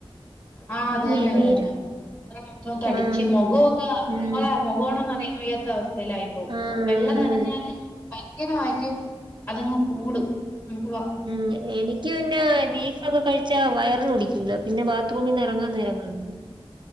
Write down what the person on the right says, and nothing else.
നീ
നീര്
ആഹ്
ഉം
ആഹ്
അങ്ങനെ വരും
മം എനിക്ക് പിന്നെ ബിഫ് അത് ഒക്കെ കഴിച്ചാ വയറിന് പിടിക്കൂല പിന്നെ ബാത്റൂമിന് ഇറങ്ങാൻ നേരം കാണുല്ല